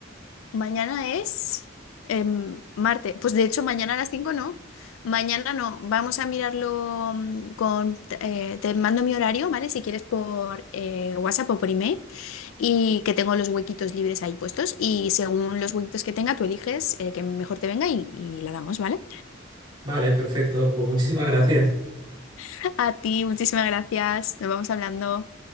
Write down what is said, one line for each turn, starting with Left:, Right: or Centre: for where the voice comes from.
Left: Mañana es em, Marte. Pues de hecho, mañana a las 5 no. Mañana no. Vamos a mirarlo mm, con... eh, te mando mi horario, ¿vale? Si quieres por eh, WhatsApp o por email. Y que tengo los huequitos libres ahí puestos. Y según los huequitos que tenga, tú eliges el que mejor te venga y, y la damos, ¿vale?
Right: Vale, perfecto. Pues muchísimas gracias.
Left: <laughs> A ti, muchísimas gracias. Nos vamos hablando.